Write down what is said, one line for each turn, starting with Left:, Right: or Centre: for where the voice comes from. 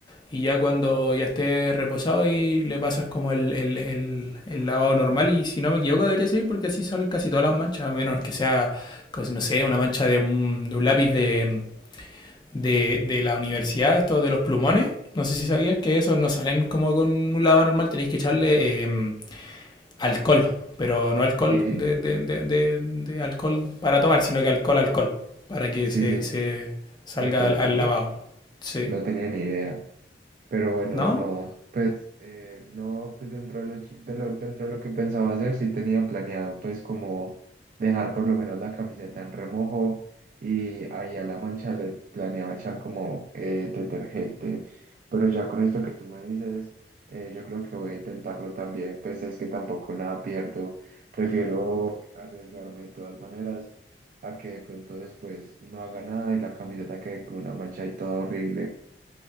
Left: Y ya cuando ya esté reposado ahí le pasas como el, el, el- el lavado normal. Y si no me equivoco debería salir porque así salen casi todas las manchas, a menos que sea como, no sé, una mancha de un, de un lápiz de, de, de, la universidad, esto de los plumones. No sé si sabías que esos no salen como con un lavado normal, tenéis que echarle eh, alcohol, pero no alcohol
Right: sí,
Left: de, de, de, de, de alcohol para tomar, sino que alcohol, alcohol, para que
Right: sí,
Left: se,
Right: sí.
Left: se salga
Right: Alcohol
Left: al, al
Right: puro.
Left: lavado. Sí,
Right: No tenía ni idea. Pero bueno,
Left: ¿no?
Right: no, pues eh, no, pues dentro de lo, de lo- dentro de lo que pensaba hacer, sí tenía planeado, pues como dejar por lo menos la camiseta en remojo y ahí a la mancha le planeaba echar como eh, detergente. Pero ya con esto que tú me dices, eh, yo creo que voy a intentarlo también, pues es que tampoco nada pierdo. Prefiero arriesgarme de todas maneras a que de pronto después no haga nada y la camiseta quede con una mancha y todo horrible.